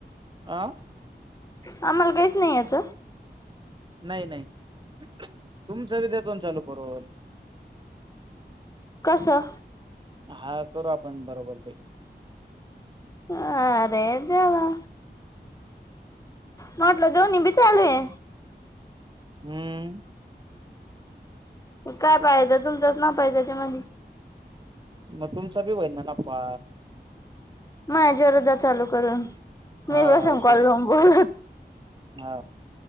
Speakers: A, on the right; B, on the left.
A: आं
B: आम्हाला काहीच नाही याचं
A: नाही नाही तुमच बी देतोन चालू करून
B: कसं
A: हा करू आपण बरोबर
B: ह अरे देवा म्हटलं दोन्ही बी चालूये
A: हम्म.
B: मग काय पाहायचं तुमचच नाव पाहिजे त्याच्यामध्ये
A: मग तुमचा बी होहिना ना पा
B: माझ्यारोधात चालू करून
A: हा
B: मी बसून कॉल
A: करू
B: लावून बोलत
A: हा